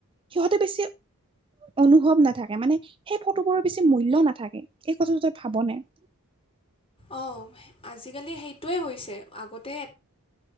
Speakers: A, on the right; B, on the left.
A: সিহঁতে বেছি অনুভৱ নাথাকে মানে সেই ফটোবোৰৰ বেছি মূল্য নাথাকে সেই কথাটো তই ভাবোনে। <inaudible>
B: অ' আজিকালি সেইটোৱে হৈছে আগতে